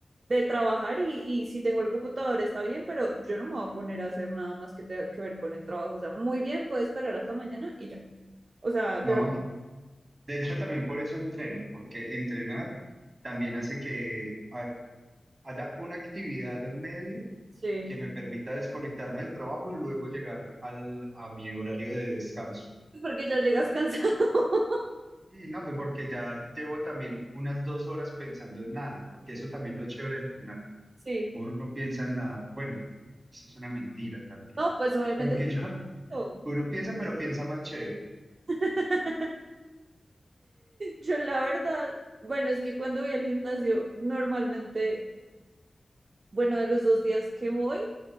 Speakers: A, on the right; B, on the right.
A: de trabajar y, y si tengo el computador está bien, pero yo no me voy a poner a hacer nada más que tenga que ver con el trabajo. O sea, muy bien, puedes esperar hasta mañana y ya. O sea, de
B: No,
A: verdad,
B: De hecho, también por eso entreno, porque entrenar también hace que ha- haya una actividad en medio
A: Sí.
B: que me permita desconectarme del trabajo y luego llegar al, a mi horario de descanso.
A: porque ya llegas cansado. <laughs>
B: Y no, pues porque ya llevo también unas dos horas pensando en nada, porque eso también es lo chévere de entrenar.
A: Sí.
B: Uno no piensa en nada. Bueno, eso es una mentira también.
A: No, pues obviamente
B: Porque
A: sí.
B: yo,
A: Yo,
B: uno piensa, pero piensa más chévere.
A: <laughs> Yo la verdad, bueno, es que cuando voy al gimnasio, normalmente, bueno, de los dos días que voy,